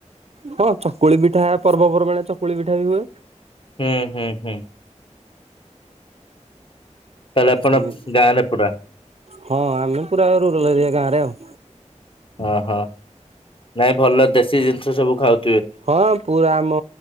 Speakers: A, on the right; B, on the left.
A: ହଁ ଚକୁଳି ପିଠା ପର୍ବପର୍ବାଣିରେ ଚକୁଳି ପିଠାବି ହୁଏ।
B: ହୁଁ ହୁଁ ହୁଁ। ତାହେଲେ ଆପଣ
A: ସେମିତି
B: ଗାଁରେ ପୁରା?
A: ହଁ ଆମେ ପୁରା ରୁରାଲ ଏରିଆ ଗାଁରେ ଆଉ।
B: ଓହୋ ନାଇଁ ଭଲ ଦେଶୀ ଜିନିଷ ସବୁ ଖାଉ
A: ହଁ ପୁରା ଆମ